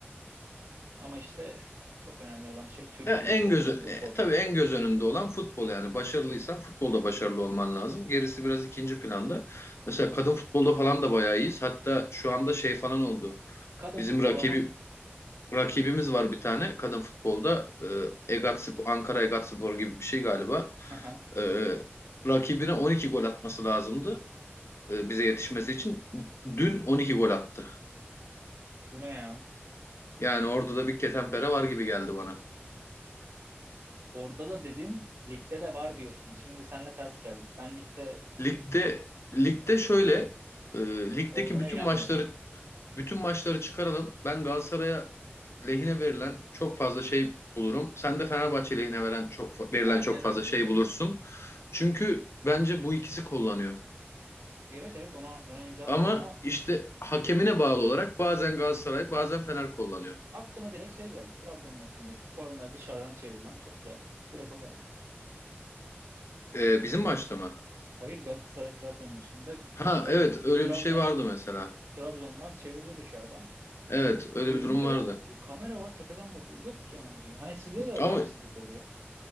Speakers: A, on the right; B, on the left.
A: ama işte çok önemli olan şey Türkiye
B: Ya en
A: için
B: göz, e,
A: futbol.
B: tabii en göz önünde olan futbol yani başarılıysan futbolda başarılı olman lazım. Gerisi biraz ikinci planda. Mesela kadın futbolda falan da bayağı iyiyiz. Hatta şu anda şey falan oldu.
A: Kadın
B: Bizim
A: futbol
B: rakibi
A: ama
B: rakibimiz var bir tane kadın futbolda. E, Egatspor, Ankara Egatspor gibi bir şey galiba.
A: <laughs> Aha,
B: E, rakibine 12 gol atması lazımdı e, bize yetişmesi için. Dün 12 gol attı.
A: bu ne ya?
B: Yani orada da bir ketenpere var gibi geldi bana.
A: Orada da dedin, ligde de var diyorsun. Şimdi seninle ters geldik. Ben ligde
B: Ligde ligde şöyle e, ligdeki
A: olduğuna
B: bütün
A: inanmıyorum.
B: maçları Bütün maçları çıkaralım. Ben Galatasaray'a lehine verilen çok fazla şey bulurum. Sen de Fenerbahçe lehine veren çok fa- verilen
A: Aynen
B: çok fazla
A: öyle
B: şey
A: ya.
B: bulursun. Çünkü bence bu ikisi kullanıyor.
A: Evet evet ona ona imza atarım
B: Ama
A: ama
B: işte hakemine bağlı olarak bazen Galatasaray, bazen Fener kullanıyor.
A: Aklıma direkt şey geldi. Trabzon maçındaki korner dışarıdan çevrilen top geldi. Direkt o geldi.
B: Ee, bizim maçta mı?
A: Hayır Galatasaray Trabzon maçında
B: Ha
A: Gal-
B: evet öyle
A: Trabzon
B: bir şey vardı mesela.
A: Trabzonlar çevirdi dışarıdan.
B: Evet öyle
A: Görülüyor.
B: bir durum vardı.
A: e, Kamera var tepeden bakıyor. Yok yani diyor. Hani sizde de öyle
B: Ama
A: haksızlık oluyor.